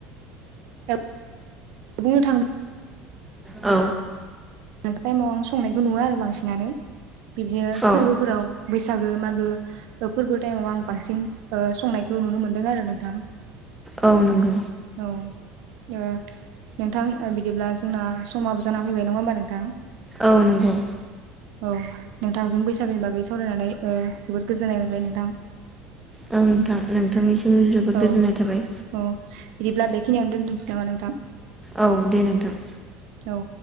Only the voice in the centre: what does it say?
औ
औ
औ नंगौ
औ नोंगौ
औ नोंथां नोंथांनिसिम
जोबोद गोजोननाय
थाबाय
औ दे नोंथां